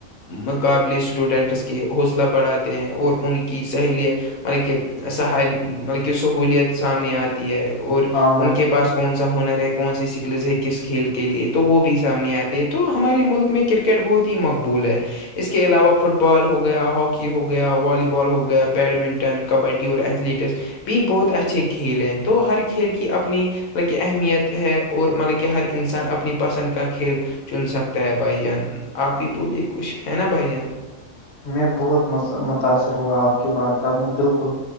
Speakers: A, on the left; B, on the left.
A: مقابلے اسٹوڈنٹس کے حوصلہ بڑھاتے ہیں اور ان کی سہیلیت مطلب کہ سح مطلب کہ سہولیت سامنے آتی ہے اور
B: ہاں
A: ان
B: بھائی
A: کے پاس کون سا ہنر ہے کون س سکلز ہے کس کھیل کے لیے تو وہ بھی سامنے آتے تو ہمارے ملک میں کرکٹ بہت ہی مقبول ہے اس کے علاوہ فٹ بال ہو گیا ہاکی ہو گیا والی بال ہو گیا بیڈمنٹن کبڈی اور ایتھلیٹکس بھی بہت اچھے کھیل ہیں تو ہر کھیل کی اپنی مطلب کہ اہمیت ہے اور مطلب کہ ہر انسان اپنی پسند کا کھیل چن سکتا ہے بھائی جان آپ ہی بولیے کچھ ہے نا بھائی جان
B: میں بہت متاثر ہوا آپ کے باد صاہحب نے بالکل